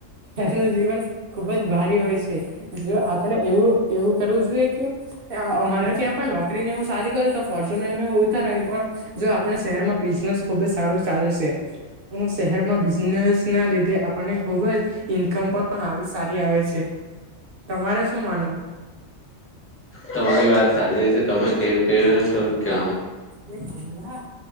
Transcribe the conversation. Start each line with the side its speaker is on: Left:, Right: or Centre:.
Right: એનું જીવન ખુબ જ ભારી હોય છે જો. પણ એવું એવું કરવું જોઈએ કે. અમારા ત્યાં પણ નોકરીને હું સારી કરું તો ફોર્ચ્યુનરને હ ઉતાર આવી પણ. જો આપણા શહેરમાં બિઝનેસ ખુબ જ સારું ચાલે છે. શહેરમાં બિઝનેસ ના લીધે આપણને ખુબ જ ઈન્કમ પણ. પણ આવી સારી આવે છે તમારે. શું માનવું
Left: તમારી વાત સાચી હશે તમે કેમને મ કે.
Right: હે બોડાા.